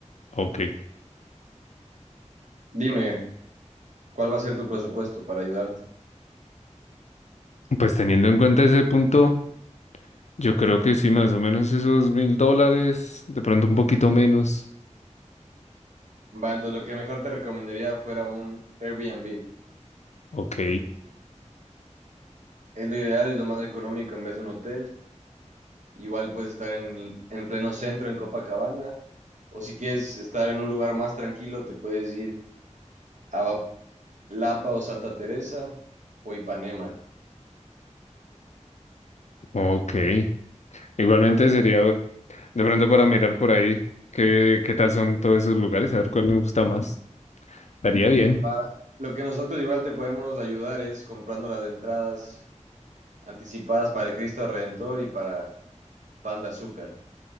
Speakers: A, on the left; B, on the right.
A: Ok.
B: Dime, ¿cuál va a ser tu presupuesto para ayudarte?
A: Pues teniendo en cuenta ese punto, yo creo que sí, más o menos esos mil dólares, de pronto un poquito menos.
B: Va, entonces lo que mejor te recomendaría fuera un Airbnb.
A: Ok,
B: Es lo ideal, es lo más económico en vez de un hotel. Igual puedes estar en, en pleno centro, en Copacabana, o si quieres estar en un lugar más tranquilo, te puedes ir a Lapa o Santa Teresa o Ipanema.
A: ok. Igualmente sería de pronto para mirar por ahí qué, qué tal son todos esos lugares, a ver cuál me gusta más. Estaría bien.
B: Va- Lo que nosotros igual te podemos ayudar es comprando las entradas anticipadas para el Cristo Redentor y para Pan de Azúcar,